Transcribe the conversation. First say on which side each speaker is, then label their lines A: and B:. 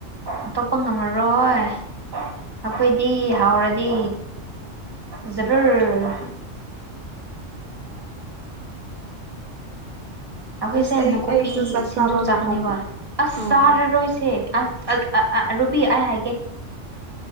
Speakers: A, on the right (about 20°); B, on the right (about 45°).
A: ꯑꯇꯣꯞꯄ ꯉꯝꯃꯔꯣꯏ ꯑꯩꯈꯣꯏꯗꯤ ꯍꯥꯎꯔꯗꯤ ꯖꯔꯔ ꯑꯩꯈꯣꯏꯁꯦ
B: ꯑꯁ ꯑꯩ
A: ꯅꯥꯀꯨꯞꯄꯤ
B: ꯑꯩꯁꯨ ꯆꯥꯛ
A: ꯁꯤꯟꯖꯨ
B: ꯆꯥꯕ
A: ꯆꯥꯒꯅꯦꯕ
B: ꯃꯇꯝ
A: ꯑꯁ
B: ꯑꯣ
A: ꯆꯥꯔꯔꯣꯏꯁꯦ ꯑ ꯑ ꯑ ꯑꯥ ꯔꯨꯕꯤ ꯑꯩ ꯍꯥꯏꯒꯦ